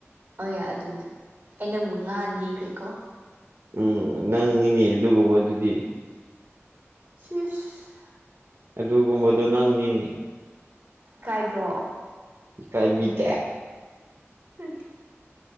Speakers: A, on the right; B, on the right.
A: ꯑꯣ ꯌꯥ ꯑꯗꯨꯗꯤ ꯑꯩ ꯅꯪꯕꯨꯛ ꯉꯅꯤꯈ꯭ꯔꯦꯀꯣ
B: ꯎꯝ ꯅꯪꯅꯤꯅꯦ ꯑꯗꯨꯒꯨꯝꯕꯗꯨꯗꯤ
A: ꯁꯤꯁ
B: ꯑꯗꯨꯒꯨꯝꯕꯗꯣ ꯅꯪꯅꯤꯅꯦ
A: ꯀꯥꯏꯗ꯭ꯔꯣ
B: ꯏꯀꯥꯏ ꯕꯤꯗꯦ
A: ꯍꯨꯝ